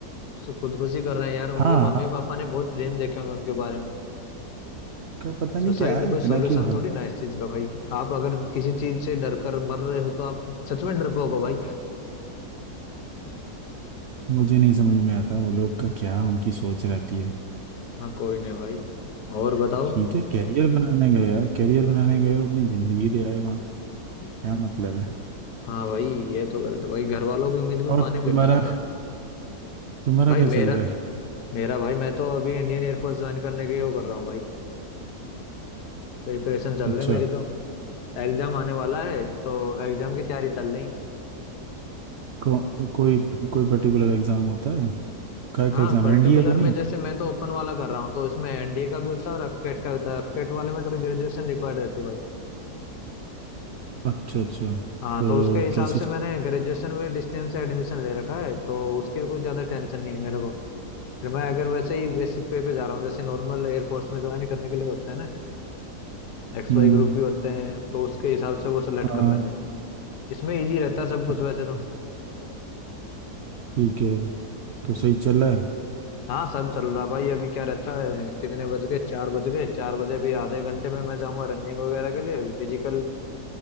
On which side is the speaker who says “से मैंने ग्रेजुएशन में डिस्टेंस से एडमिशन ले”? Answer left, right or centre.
Left